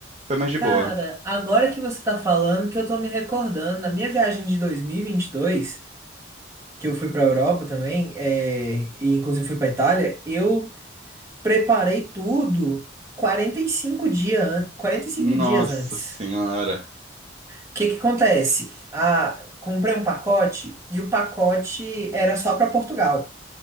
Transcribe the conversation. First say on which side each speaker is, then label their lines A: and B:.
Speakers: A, on the right (about 35°); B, on the right (about 15°).
A: foi mais de
B: Cara,
A: boa.
B: agora que você tá falando, que eu tô me recordando, na minha viagem de 2022, que eu fui pra Europa também, é, e inclusive fui pra Itália, eu preparei tudo 45 dia, an- 45
A: Nossa
B: dias antes.
A: senhora.
B: O que que acontece? Ah, comprei um pacote e o pacote era só pra Portugal.